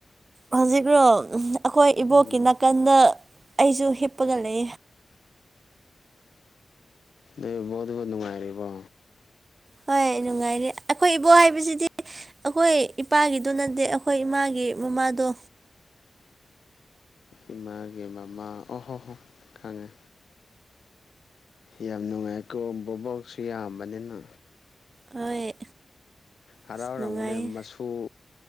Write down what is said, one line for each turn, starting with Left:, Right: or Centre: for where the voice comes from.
Right: ꯍꯧꯖꯤꯛꯔꯣ ꯑꯩꯈꯣꯏ ꯏꯕꯣꯛꯀꯤ
Left: ꯎꯝ
Right: ꯅꯥꯀꯟꯗ ꯑꯩꯁꯨ ꯍꯤꯞꯄꯒꯂ
Left: ꯎꯝ ꯑꯗꯨ ꯕꯣꯠꯠ ꯅꯨꯡꯉꯥꯏꯔꯤꯕꯣ
Right: ꯍꯣꯏ ꯅꯨꯡꯉꯥꯏꯔꯤ ꯑꯩꯈꯣꯏ ꯏꯕꯣ ꯍꯥꯏꯕꯁꯤꯗꯤ ꯑꯩꯈꯣꯏ ꯏꯄꯥꯒꯤꯗꯨ ꯅꯠꯇꯦ ꯑꯩꯈꯣꯏ ꯏꯃꯥꯒꯤ ꯃꯃꯥꯗꯣ
Left: ꯏꯃꯥꯒꯦ ꯃꯃꯥ ꯑꯣꯍꯣ ꯍꯣ ꯈꯪꯉꯦ ꯌꯥꯝ ꯅꯨꯡꯉꯥꯏ ꯀꯣꯕꯕꯥꯎꯁꯨ ꯌꯥꯝꯕꯅꯤꯅ
Right: ꯍꯣꯏ
Left: ꯍꯔꯥꯎ
Right: ꯑꯁ
Left: ꯍꯔꯥꯡꯒꯅꯦ
Right: ꯅꯨꯡꯉꯥꯏꯌꯦ
Left: ꯃꯆꯁꯨ